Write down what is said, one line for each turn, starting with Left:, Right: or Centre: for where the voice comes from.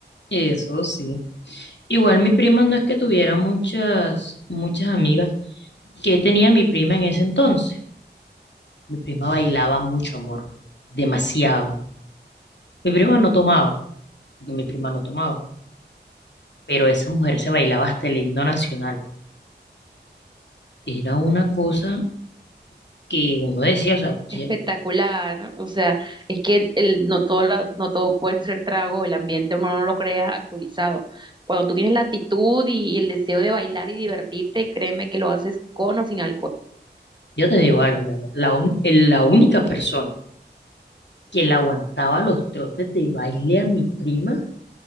Left: eso sí. Igual mi prima no es que tuviera muchas, muchas amigas, ¿qué tenía mi prima en ese entonces? Mi prima bailaba mucho, amor, demasiado. Mi prima no tomaba, porque mi prima no tomaba. Pero esa mujer se bailaba hasta el himno nacional. Era una cosa que uno decía, o sea, ye-
Right: Espectacular, ¿no? O sea, es que el, no todo la- no todo puede ser trago, el ambiente uno no lo crea alcoholizado. Cuando tú tienes la actitud y, y el deseo de bailar y divertirte, créeme que lo haces con o sin alcohol.
Left: yo te digo algo, mi amor, la, un- el- la única persona que le aguantaba los trotes de baile a mi prima